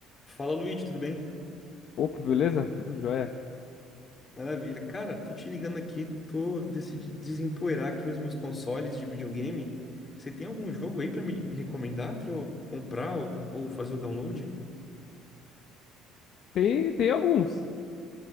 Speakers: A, on the left; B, on the left.
A: Fala, Luigi, tudo bem?
B: Opa, beleza? Tudo jóia.
A: Maravilha. Cara, tô te ligando aqui, tô decidi desempoeirar aqui os meus consoles de videogame. Você tem algum jogo aí pra me me recomendar pra eu comprar ou, ou fazer o download?
B: Tem, tem alguns.